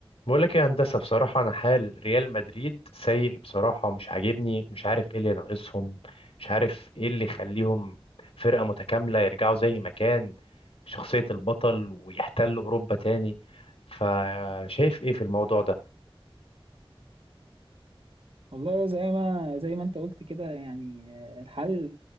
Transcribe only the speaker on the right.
والله زي ما زي ما انت قلت كده يعني آه، الحل